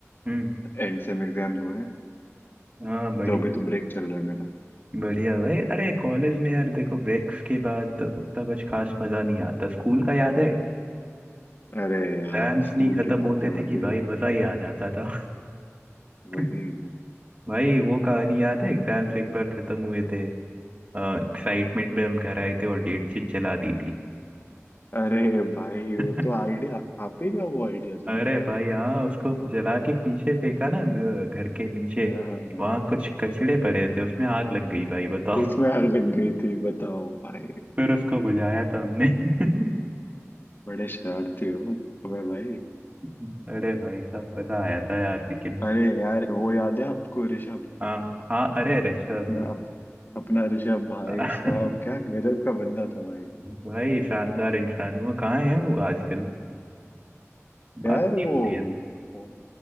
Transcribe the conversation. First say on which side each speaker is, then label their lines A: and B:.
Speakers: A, on the right; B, on the left.
A: हम्म
B: एंड सेम एग्जाम्स हुए हैं
A: हाँ बढ़िया
B: तो अभी तो ब्रेक चल रहा है मेरा
A: बढ़िया भाई अरे कॉलेज में यार देखो ब्रेक्स के बाद उतना कुछ खास मजा नहीं आता स्कूल का याद है
B: अरे यार
A: एग्जाम्स
B: स्कूल
A: नहीं खत्म
B: की
A: होते
B: बातें
A: थे
B: मत
A: कि
B: ही करो
A: भाई मजा ही आ जाता था <laughs>
B: वही
A: भाई वो कहानी याद है एग्जाम्स एक बार खत्म हुए थे एक्साइटमेंट में हम घर आए थे और डेट शीट जला दी थी
B: अरे भाई वो
A: <laughs>
B: तो आइडिया आप ही का वो आइडिया था
A: अरे भाई हाँ उसको जला के पीछे फेंका ना घ- घर के नीचे
B: ना हाँ
A: वहां कुछ कचड़े पड़े थे उसमें आग लग गई भाई बताओ
B: उसमें
A: <laughs>
B: आग लग गई थी बताओ भाई
A: फिर उसको बुझाया था हमने <laughs>
B: बड़े शरारती हो वह भाई
A: अरे भाई साहब मजा आया था यार लेकिन
B: अरे यार वो याद है आपको ऋषभ
A: हाँ हाँ अरे ऋषभ
B: अपना अपना ऋषभ भाई
A: <laughs>
B: साहब क्या गजब का बंदा था भाई
A: भाई शानदार इंसान है वो कहाँ है वो आजकल
B: यार
A: बात नहीं
B: वो
A: होती है
B: वो-